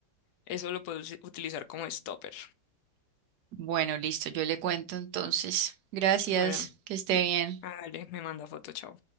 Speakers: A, on the left; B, on the right.
A: eso lo puedes utilizar como stopper.
B: Bueno, listo, yo le cuento entonces. Gracias,
A: Bueno,
B: que esté
A: mm,
B: bien.
A: hágale, me manda foto, chao.